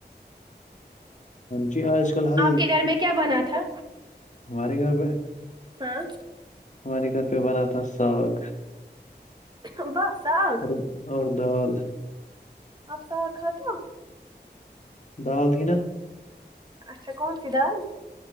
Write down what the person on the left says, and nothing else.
جی آج کل حل
ہمارے گھر پہ
ہمارے گھر پہ بنا تھا ساگ
اور اور دال
دال تھی نا